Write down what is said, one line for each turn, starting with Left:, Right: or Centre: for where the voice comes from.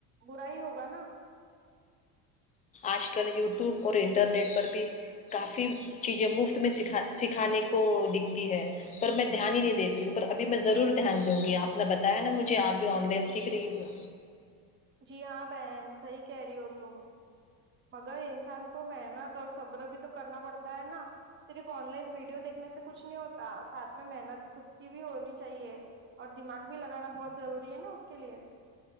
Right: برا ہی ہوگا نا
Left: آج کل یوٹیوب اور انٹرنیٹ پر بھی کافی چیزیں مفت میں سکھا سکھانے کو دکھتی ہے پر میں دھیان ہی نہیں دیتی ہوں پر ابھی میں ضرور دھیان دوں گی آپ نے بتایا نا مجھے آپ بھی آن لائن سیکھ رہی ہووں
Right: جی ہاں بہن صحی کہہ رہی ہو تم مگر انسان کو محنت اور صبر بھی تو کرنا پڑتا ہے نا صرف آن لائن ویڈیو دیکھنے سے کچھ نہیں ہوتا ساتھ میں محنت خود کی بھی ہونی چاہیے اور دماغ بھی لگانا بہت ضروری ہے نا اس کے لیے